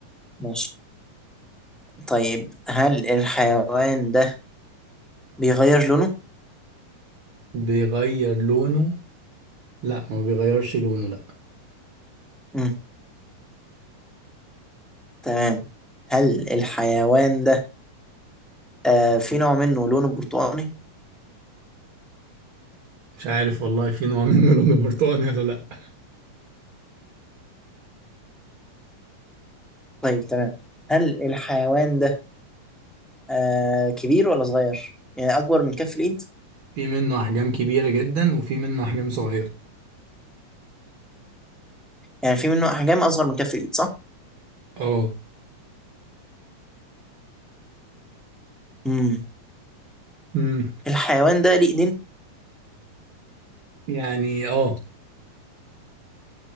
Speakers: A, in the centre; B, on the right.
A: ماشي طيب هل الحيوان ده بيغير لونه؟
B: بيغير لونه لا ما بيغيرش لونه لا
A: مم. تمام هل الحيوان ده آه في نوع منه لونه برتقاني؟
B: مش عارف والله في نوع <laughs> منه لونه برتقاني ولا لا
A: طيب تمام هل الحيوان ده آه كبير ولا صغير؟ يعني أكبر من كف الإيد؟
B: في منه أحجام كبيرة جدا وفي منه أحجام صغيرة
A: يعني في منه أحجام أصغر من كف الإيد صح؟
B: اه
A: امم
B: امم
A: الحيوان ده ليه إيدين؟
B: يعني اه